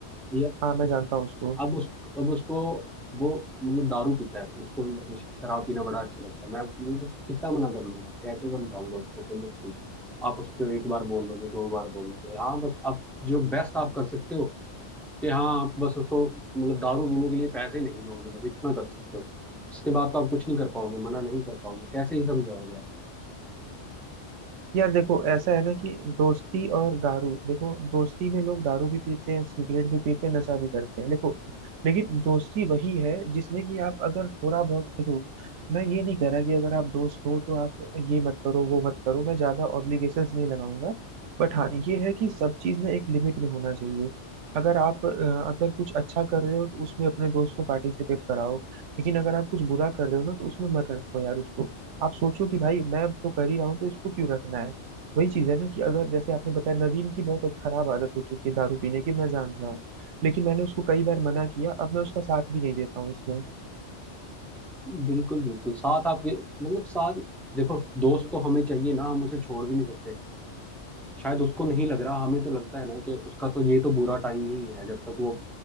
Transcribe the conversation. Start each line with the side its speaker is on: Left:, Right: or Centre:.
Centre: यार
Right: हाँ मैं जानता हूँ उसको
Centre: अब उस अब उसको वो मतलब दारू पीता है उसको श- शराब पीना बड़ा अच्छा लगता है मैं मैं कुछ कितना मना कर लूंगा कैसे समझाऊंगा उसको कि मत पी आप उसको एक बार बोल लोगे दो बार बोल लोगे हाँ बस आप जो बेस्ट आप कर सकते हो कि हाँ आप बस उसको मतलब दारू पीने के लिए पैसे नहीं दोगे बस इतना कर सकते हो उसके बाद तो आप कुछ नहीं कर पाओगे मना नहीं कर पाओगे कैसे ही समझाओगे आप
Right: यार देखो ऐसा है ना कि दोस्ती और दारू देखो दोस्ती में लोग दारू भी पीते हैं सिगरेट भी पीते हैं नशा भी करते हैं देखो लेकिन दोस्ती वही है जिसमें कि आप अगर थोड़ा बहुत देखो मैं ये नहीं कह रहा कि अगर आप दोस्त हो तो आप ये मत करो वो मत करो मैं ज्यादा ऑब्लिगेशंस नहीं लगाऊंगा बट हाँ ये है कि सब चीज ना एक लिमिट में होना चाहिए अगर आप अ, अगर कुछ अच्छा कर रहे हो तो उसमें अपने दोस्त को पार्टिसिपेट कराओ लेकिन अगर आप कुछ बुरा कर रहे हो ना तो उसमें मत रखो यार उसको आप सोचो कि भाई मैं तो कर ही रहा हूँ तो इसको क्यों रखना है वही चीज है ना कि अगर जैसे आपने बताया नवीन की बहुत खराब आदत हो चुकी है दारू पीने की मैं जान रहा हूँ लेकिन मैंने उसको कई बार मना किया अब मैं उसका साथ भी नहीं देता हूँ इसमें
Centre: बिल्कुल बिल्कुल साथ आप ये- मतलब साथ देखो दोस्त तो हमें चाहिए ना हम उसे छोड़ भी नहीं सकते शायद उसको नहीं लग रहा हमें तो लगता है ना कि उसका तो ये तो बुरा टाइम ही है जब तक वो